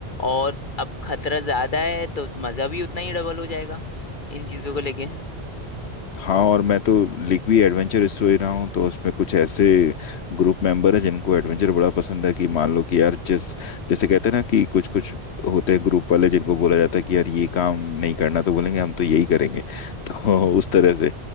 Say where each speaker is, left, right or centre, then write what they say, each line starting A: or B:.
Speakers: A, on the left; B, on the left.
A: और अब खतरा ज्यादा है तो मजा भी उतना ही डबल हो जाएगा इन चीजों को लेके
B: हाँ और मैं तो लिख भी एडवेंचर स्टोरी रहा हूँ तो उसमें कुछ ऐसे ग्रुप मेंबर है जिनको एडवेंचर बड़ा पसंद है कि मान लो कि यार जिस जैसे कहते हैं ना कि कुछ कुछ होते हैं ग्रुप वाले जिनको बोला जाता है कि यार ये काम नहीं करना तो बोलेंगे हम तो यही करेंगे <laughs> तो उस तरह से